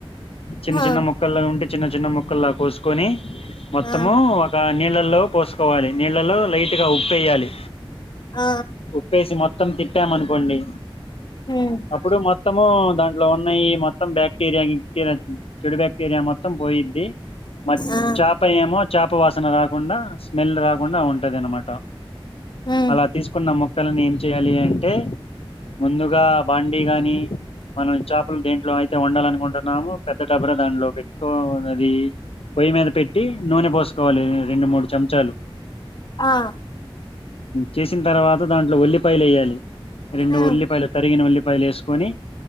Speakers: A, on the left; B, on the left.
A: చిన్న
B: ఆ
A: చిన్న మొక్కల్లా ఉంటే చిన్న చిన్న మొక్కలా కొసుకొని మొత్తము
B: ఆ
A: ఒక నీళ్ళలో పోసు కోవాలి నీళ్ళలో లైట్గా ఉప్పు వేయాలి
B: ఆ
A: ఉప్పేసి మొత్తం తిప్పం అనుకోండి
B: ఉమ్
A: అప్పుడు మొత్తము దా లో ఉన్నయి మొత్తం బాక్టీరియా గిక్ట్రీయా చెడు బాక్టీరియా మొత్తం పోయిద్ది మ
B: ఆ
A: చాప ఏమో చేప వాసన రాకుండా స్మెల్ రాకుండా ఉంటది అనమాట
B: ఉమ్
A: అలా తీసుకున్న ము ముక్కలను ఏం చేయాలి అంటే ముందుగా బాండీ గాని మనం చేపలు దేంట్లో అయితే వండాలనుకుంటున్నామో పెద్ద డబర దాంట్లో పెట్టుకోవాలి పొయ్యి మీద పెట్టి, నూనె పోసుకోవాలె రెండు, మూడు చంచాలు.
B: ఆహ్.
A: చేసిన తర్వాత దాంట్లో ఉల్లిపాయలు వెయ్యాలి. రెండు
B: ఆ
A: ఉల్లిపాయలు, తరిగిన ఉల్లిపాయలు వేసుకొని.